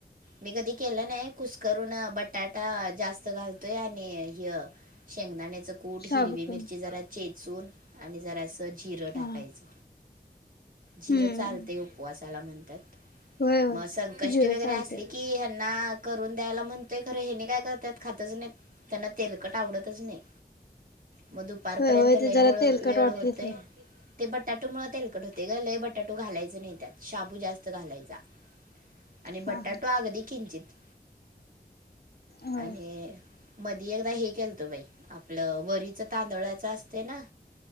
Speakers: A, on the right; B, on the left.
A: मी कधी केलं नाही कुसकरून, बटाटा जास्त घालतोय आणि ह्य शेंगदाण्याचं कूट
B: साबुदाणा
A: हिरवी मिरची जरा चेचून आणि जरास जिरं टाक
B: हा
A: टाकायच, जिरं
B: हम्म
A: चालतय उपवासाला म्हणत्यात.
B: होय होय
A: मग संकष्टी
B: जिरं
A: वगैरे
B: चालतंय
A: असली की ह्यांना करून द्यायला म्हणतय खरं हे नी काय करतात खातच नाही. त्यांना तेलकट आवडतच नाही. मग दुपारपर्यंत
B: होय होय
A: लय
B: ते जरा
A: वेळ
B: तेलकट
A: वेळ
B: वाटतय
A: होते
B: की
A: ते बटाटू मुळ तेलकट होते ग! लय बटाटो घालायच नाही त्यात शाबू जास्त घालायचा. आणि
B: हा
A: बटाटो
B: हा
A: अगदी किंचित
B: होय
A: आणि मधी एकदा हे केलत बाई आपलं वरीच तांदळाच असते ना?